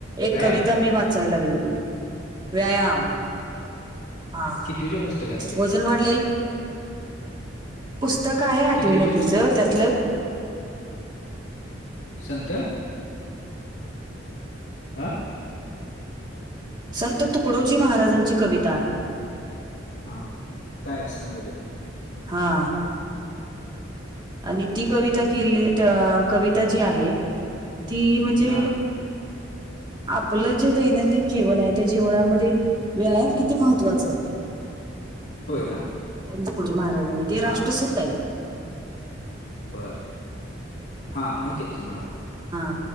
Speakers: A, on the right (about 25°); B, on the left (about 70°).
A: एक
B: व्यायाम
A: कविता मी वाचाय लागलेली व्यायाम हा
B: कितवीच्या पुस्तकातली आहे
A: वजन वा मा पुस्तक आहे आ
B: कितवीच्या
A: न
B: पुस्त
A: त्यात
B: संत हा
A: संत तुकडोजी महाराजांची कविता आहे
B: हा काय सांग बो घ्या
A: हा आणि ती कविता केली कविता जी आहे ती म्हणजे
B: हा
A: आपलं जे दैनंदिन जीवन आहे त्या जीवनामध्ये व्यायाम किती ते महत्त्वाच आहे
B: होय का
A: त्यां तुकडोजी महाराजांनी ते
B: हा
A: राष्ट्रसूत आहेत.
B: बर हा माहितीेतेत की मला.
A: हा